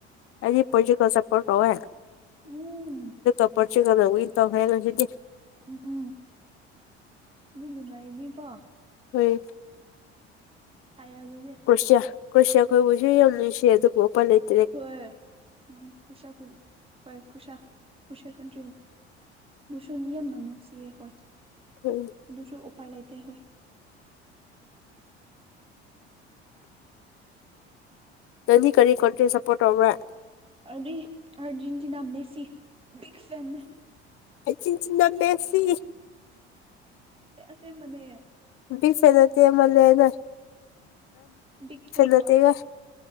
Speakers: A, on the left (about 40°); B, on the right (about 15°).
A: ꯑꯩꯗꯤ ꯄꯣꯔꯇꯨꯒꯜ ꯁꯞꯄꯣꯔꯠ ꯇꯧꯋꯦ
B: ꯎꯝ
A: ꯑꯗꯨ ꯄꯣꯔꯇꯨꯒꯜꯅ ꯋꯤꯟ ꯇꯧꯈ꯭ꯔꯦ ꯉꯁꯤꯗꯤ
B: ꯎꯝ ꯎꯝ ꯑꯗꯨ ꯅꯨꯡꯉꯥꯏꯅꯤꯀꯣ
A: ꯍꯣꯏ
B: ꯍꯥꯏ ꯑꯗꯨꯗꯤ
A: ꯀ꯭ꯔꯣꯁꯤꯌꯥ ꯀ꯭ꯔꯣꯁꯤꯌꯥ ꯀꯣꯏꯕꯨꯁꯨ ꯌꯥꯝ ꯅꯨꯡꯁꯤ ꯑꯗꯨ ꯎꯄꯥꯏ ꯂꯩꯇꯦ
B: ꯍꯣꯏ ꯎꯝ ꯀ꯭ꯔꯣꯁꯤꯌꯥ ꯍꯣꯏ ꯈꯨꯁ ꯀ꯭ꯔꯣꯁꯤꯌꯥ ꯀꯟꯇ꯭ꯔꯤ ꯃꯁꯨ ꯌꯥꯝꯅ ꯅꯨꯡꯁꯤꯌꯦ ꯍꯣꯏ
A: ꯎꯝ
B: ꯑꯗꯨꯁꯨ ꯎꯄꯥꯏ ꯂꯩꯇꯦ ꯍꯣꯏ
A: ꯅꯡꯗꯤ ꯀꯔꯤ ꯀꯣꯟꯇ꯭ꯔꯤ ꯁꯄꯣꯔ꯭ꯠ ꯇꯧꯕ꯭ꯔ
B: ꯑꯩꯗꯤ ꯑꯔꯖꯦꯟꯇꯤꯅꯥ ꯃꯦꯁꯤ ꯕꯤꯒ ꯐꯦꯟꯅꯦ
A: ꯑꯩꯥꯔꯖꯦꯟꯇꯤꯅ ꯃꯦꯁꯤ
B: ꯑꯦ ꯑꯁꯦꯡꯕꯅꯦ
A: ꯕꯤꯒ ꯐꯦꯟ ꯅꯇꯦ ꯃꯜꯂꯦꯗ
B: ꯕꯤꯒ ꯐꯦꯟ
A: ꯅꯠꯇꯦꯒ
B: ꯍꯣꯏ